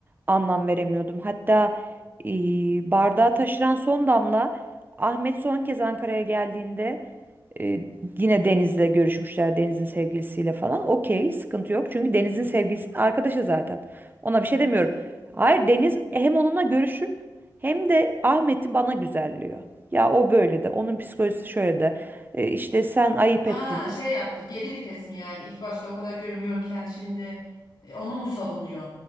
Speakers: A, on the right; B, on the left.
A: anlam veremiyordum. Hatta e, bardağı taşıran son damla Ahmet son kez Ankara'ya geldiğinde e, yine Deniz'le görüşmüşler Deniz'in sevgilisiyle falan. Okey, sıkıntı yok. Çünkü Deniz'in sevgilisinin arkadaşı zaten. Ona bir
B: Evet.
A: şey demiyorum. Hayır Deniz hem onunla görüşüp hem de Ahmet'i bana güzelliyor. Ya o böyle de, onun psikolojisi şöyle de. E, işte sen ayıp
B: Ha
A: ettin de.
B: şey yaptı geri vites mi yani ilk başta o kadar gömüyorken şimdi e, onu mu savunuyor?